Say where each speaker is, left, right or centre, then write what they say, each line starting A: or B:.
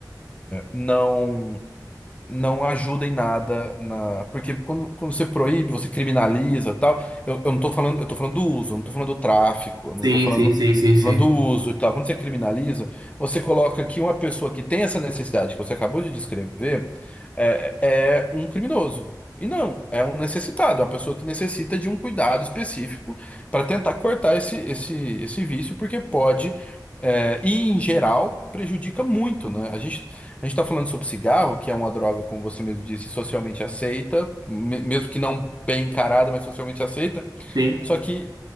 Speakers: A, on the left; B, on the right.
A: não não ajuda em nada na. Porque quando, quando você proíbe, você criminaliza e tal. Eu, eu não tô falando, eu tô falando do uso, eu não tô falando do tráfico, eu não
B: Sim,
A: tô falando,
B: sim, sim, sim,
A: tô
B: sim.
A: falando do uso e tal. Quando você criminaliza, você coloca que uma pessoa que tem essa necessidade que você acabou de descrever é, é é um criminoso. E não, é um necessitado, é uma pessoa que necessita de um cuidado específico para tentar cortar esse, esse, esse vício, porque pode, é, e em geral, prejudica muito, né? A gente a gente está falando sobre cigarro, que é uma droga, como você mesmo disse, socialmente aceita, me- mesmo que não bem encarada, mas socialmente aceita.
B: Sim.
A: Só que,